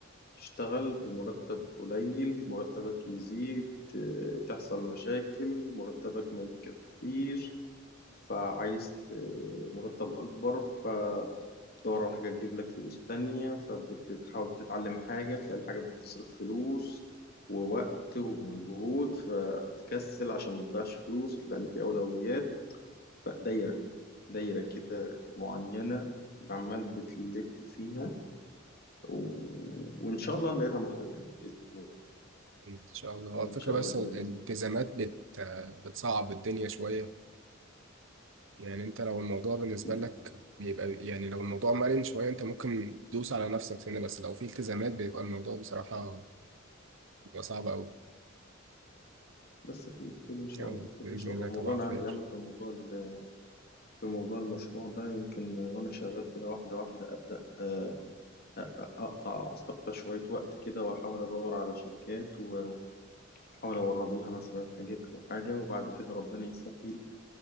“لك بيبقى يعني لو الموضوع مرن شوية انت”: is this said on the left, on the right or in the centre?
Right